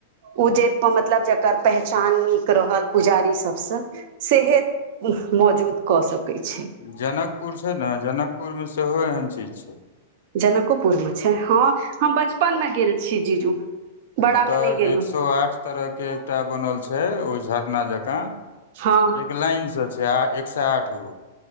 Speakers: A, on the right; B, on the left.
A: ओ जे, मतलब, जकर पहचान नीक रहल पुजारी सभसँ। सेहत मौजूद कऽ सकैत छी।
B: जनकपुर छै, ने जनकपुरमे सेहो एहन चीज छै।
A: जनकपुरमे छै हँ, हम बचपनमे गेल छियै, जीजू। बड़ामे
B: ओतऽ
A: नहि गेलहुँ
B: एक सय आठ तरहक एकटा बनल छै, ओ झरना जकाँ।
A: हँ
B: एक लाइनसँ छै, एक सय आठ गो।